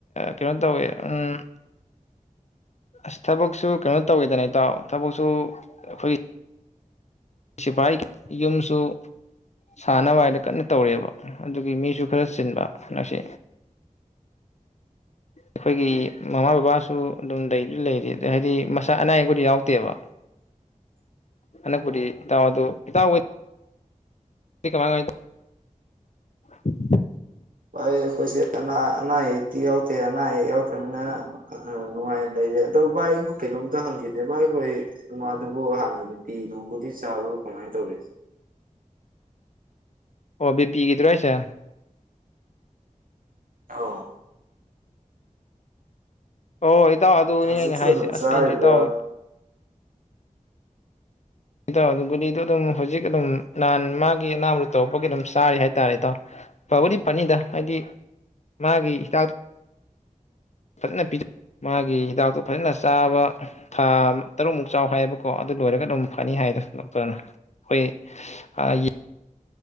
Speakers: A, on the left (about 55°); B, on the right (about 80°).
A: ꯀꯩꯅꯣ ꯇꯧꯏ ꯎꯝ꯫ ꯑꯁ ꯊꯕꯛꯁꯨ ꯀꯩꯅꯣ ꯇꯧꯈꯤꯗ꯭ꯔꯦ ꯏꯇꯥꯎ ꯊꯕꯛꯁꯨ ꯑꯩꯈꯣꯏ꯫ ꯁꯤꯐꯥꯏꯒꯤ ꯌꯨꯝꯁꯨ꯫ ꯁꯥꯟꯅꯕ ꯍꯥꯏꯅ ꯀꯟꯅ ꯇꯧꯔꯤꯕ ꯑꯗꯨꯒꯤ ꯃꯤꯁꯨ ꯈꯔ ꯆꯤꯟꯕ ꯉꯁꯤ꯫ ꯑꯩꯈꯣꯏꯒꯤ ꯃꯃꯥ ꯕꯕꯥꯁꯨ ꯑꯗꯨꯝ ꯂꯩꯗꯤ- ꯂꯩꯔꯤ ꯑꯗꯥ ꯍꯥꯏꯗꯤ ꯃꯁꯥ ꯑꯅꯥ ꯑꯌꯦꯛ ꯄꯨꯗꯤ ꯌꯥꯎꯗꯦꯕ
B: <inaudible>
A: ꯍꯜꯂꯛꯄꯗꯤ ꯏꯇꯥꯎ ꯑꯗꯨ ꯏꯇꯥꯎ ꯍꯣꯏ꯫ <unintelligible>
B: ꯚꯥꯏ ꯑꯩꯈꯣꯏꯁꯦ ꯑꯅꯥ- ꯑꯅꯥ ꯑꯌꯦꯛꯇꯤ ꯌꯥꯎꯗꯦ ꯑꯅꯥ ꯑꯌꯦꯛ ꯌꯥꯎꯗ꯭ꯔꯕꯅꯤꯅ ꯫ ꯎꯝ ꯅꯨꯡꯉꯥꯏꯅ ꯂꯩꯔꯦ ꯑꯗꯣ ꯚꯥꯏ ꯑꯩ ꯍꯣꯏ ꯀꯩꯅꯣꯝꯇ ꯍꯪꯒꯦꯅꯦ ꯚꯥꯏ ꯍꯣꯏ ꯃꯥꯗꯨꯕꯨ ꯍꯥꯟꯅ ꯕꯤ ꯄꯤ ꯅꯧꯕꯒꯤ ꯆꯥꯕꯔꯣ ꯀꯃꯥꯏꯅ ꯇꯧꯔꯤ?
A: ꯑꯣ ꯕꯤ ꯄꯤ ꯒꯤꯗꯨꯔꯣ ꯍꯥꯏꯁꯦ꯫
B: ꯑꯧ꯫
A: ꯑꯣ ꯏꯇꯥꯎ ꯑꯗꯨꯅꯦ
B: ꯍꯧꯖꯤꯛꯁꯨ
A: ꯑꯩꯅ ꯍꯥꯏꯁꯦ
B: ꯑꯗꯨꯝ
A: ꯑꯁ
B: ꯆꯥꯔꯤꯕ꯭ꯔꯥ
A: ꯑꯩꯁꯨ ꯏꯇꯥꯎ꯫ ꯏꯇꯥꯎ ꯑꯗꯨ ꯒꯨꯂꯤꯗꯨꯣ ꯑꯗꯨꯝ ꯍꯧꯖꯤꯛ ꯑꯗꯨꯝ ꯅꯍꯥꯟ ꯃꯥꯒꯤ ꯑꯅꯥꯕꯗꯨ ꯇꯧꯔꯛꯄꯒꯤ ꯑꯗꯨꯝ ꯆꯥꯔꯤ ꯍꯥꯏꯇꯥꯔꯦ ꯏꯏꯥꯎ ꯐꯕꯨꯗꯤ ꯐꯥꯅꯤꯗ ꯍꯥꯏꯗꯤ ꯃꯥꯒꯤ ꯍꯤꯗꯥꯛꯇꯣ ꯐꯖꯅ ꯄꯤꯖ -ꯃꯥꯒꯤ ꯍꯤꯗꯥꯛꯇꯣ ꯐꯖꯅ ꯆꯥꯕ ꯊꯥ ꯇꯔꯨꯛꯃꯨꯛ ꯆꯥꯎ ꯍꯥꯏꯌꯦꯕꯀꯣ ꯑꯗꯨ ꯂꯣꯏꯔꯒ ꯑꯗꯨꯝ ꯐꯅꯤ ꯍꯥꯏꯗ ꯗꯣꯛꯇꯔꯅ꯫ <unintelligible>